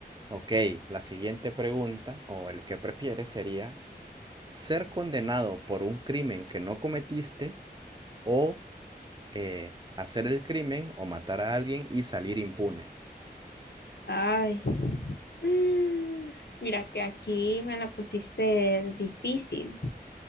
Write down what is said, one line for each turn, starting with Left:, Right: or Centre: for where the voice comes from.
Right: Ok, la siguiente pregunta, o el que prefieres, sería ser condenado por un crimen que no cometiste o eh, hacer el crimen o matar a alguien y salir impune.
Left: Ay. Mm, Mira que aquí me la pusiste difícil,